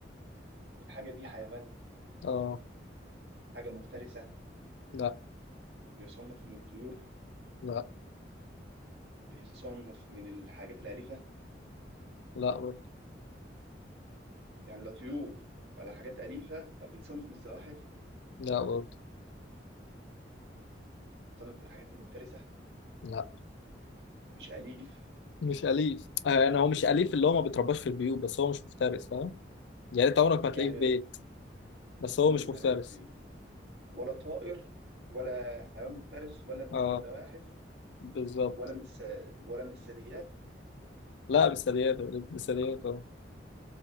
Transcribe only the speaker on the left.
اه
لا
لا
لا برضه
لا برضه
لا
مش أليف آه، أنا هو مش أليف اللي هو ما بيترباش في البيوت بس هو مش مفترس فاهم يعني أنت عمرك ما هتلاقيه
في بيت بس هو
مش
مفترس
أه
بالظبط
لا بثدييات بثدييات أه